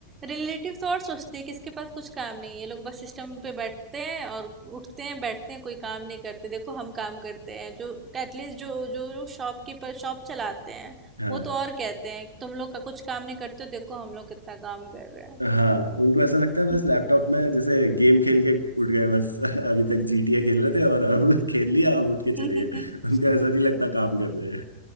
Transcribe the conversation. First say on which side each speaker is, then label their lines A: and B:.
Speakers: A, on the right; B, on the right.
A: रिलेटिव तो और सोचते हैं कि इसके पास कुछ काम नहीं है ये लोग बस सिस्टम पे बैठते हैं और उठते हैं बैठते हैं कोई काम नहीं करते देखो हम काम करते हैं जो एटलीस्ट जो जो लोग शॉपकीपर शॉप चलाते हैं
B: हाँ
A: वो तो और कहते हैं कि तुम लोग का कुछ काम नहीं करते हो देखो हम लोग कितना काम कर रहे
B: हाँ उनको ऐसा लगता है बस
A: हैं
B: लैपटॉप में जैसे गेम खेल के उठ गए बस <laughs> अभी तक जीटीए खेल रहे थे और अब <laughs> खेल लिया अब उठ के
A: <laughs> correct
B: चले गए <laughs> उनको ऐसा नहीं लगता काम कर रहे हैं